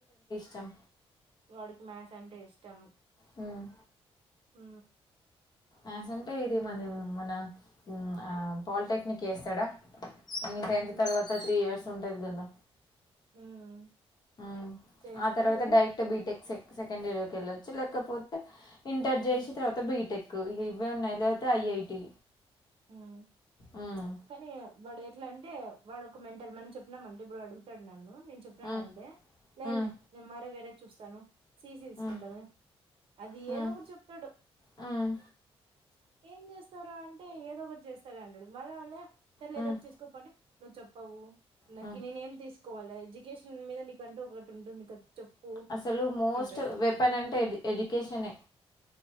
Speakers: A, on the left; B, on the right.
A: చం
B: వాడికి మ్యాస్ అంటే ఇష్టం
A: హ్మ్
B: ఉమ్
A: మ్యాసంటే అంటే ఇది మన మన ఉమ్ ఆ పాలిటెక్నిక్ చేస్తడా? ఈ టెన్త్
B: హ్మ్
A: తర్వాత త్రీ ఇయర్స్ ఉంటది గదా
B: హ్మ్
A: ఉమ్
B: చేస్తాడు.
A: ఆ తర్వాత డైరెక్ట్ బిటెక్ సెక్ సెకండ్ ఇయర్కి వెళ్ళొచ్చు లేకపోతే ఇంటర్
B: హ్మ్
A: చేసి తర్వాత బీటెక్ ఇవేవన్న వెళ్ళితే ఐఐటి
B: ఉమ్
A: మ్మ్.
B: కానీ వాడు ఎట్లా అంటే వాడు ఒక మెంటర్ మనం చెప్పినామంటే ఇప్పుడు అడుగుతాడు నన్ను నేను చెప్పినాను
A: మ్మ్.
B: అంటే లేదులే
A: మ్మ్.
B: నేను మర వేరే చూస్తాను సిఇసి తీసుకుంటాను
A: హ్మ్.
B: అది
A: హ్మ్.
B: ఏదో ఒకటి చెప్తాడు
A: హ్మ్.
B: ఏం చూస్తావ్ రా అంటే ఏదో ఒకటి చేస్తా అంటడు మళ్ళ అ సరేలే
A: హ్మ్.
B: ఏదో ఒకటి చేసుకోపో అంటే నువ్వు చెప్పవు నాకి
A: హ్మ్.
B: నేను తీసు కోవాల ఎడ్యుకేషన్ మీద నకుకంటే ఒకటి ఉంటుంది చెప్పు
A: అసలు మోస్ట్
B: అంటాడు.
A: వెపెన్ అంటే ఎడ్యుకేషనే